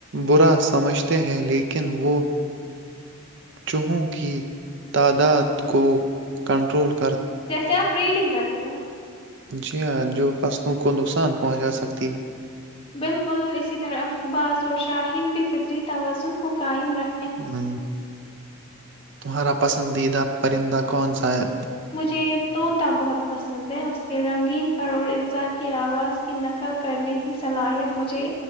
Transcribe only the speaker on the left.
جیسے آپ ریڈنگ کر رہے ہو
بالکل اسی طرف بعازور شاہین بھی فطری توازن کو قائم رکھ
مجھے توط بہت پسند ہے اس کے رنگین پر اورڑ انسان کی آواز کی نقل کرنے کی صلاحیت مجھے